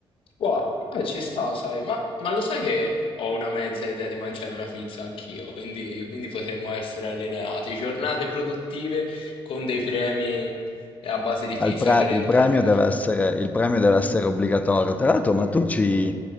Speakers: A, on the left; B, on the left.
A: Wow, eh, ci sta, sai, ma, ma lo sai che ho una mezza idea di mangiare una pizza anch'io, quindi, quindi potremmo essere allineati. Giornate produttive con dei premi a base di pizza
B: Al pre-
A: per entrambi.
B: Il premio deve essere, il premio deve essere obbligatorio. Tra l'altro, ma tu ci,